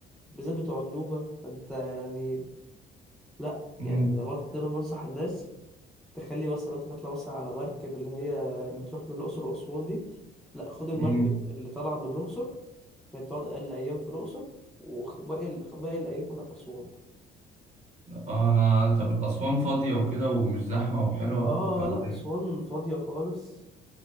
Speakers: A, in the centre; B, on the right.
A: بالذات بتوع النوبة فانت يعني لا
B: مم.
A: يعني أنا دايما بنصح الناس تخلي مثلا لو انت تطلع مثلا على مركب اللي هي اللي بتروح من الأقصر وأسوان دي لا خد المركب
B: مم.
A: اللي طالعة من الأقصر اللي بتقعد أقل أيام في الأقصر وباقي باقي الأيام كلها في أسوان
B: اه انا طب اسوان فاضيه وكده ومش زحمه وحلوه
A: اه
B: ولا
A: لا
B: ايه
A: أسوان فاضية خالص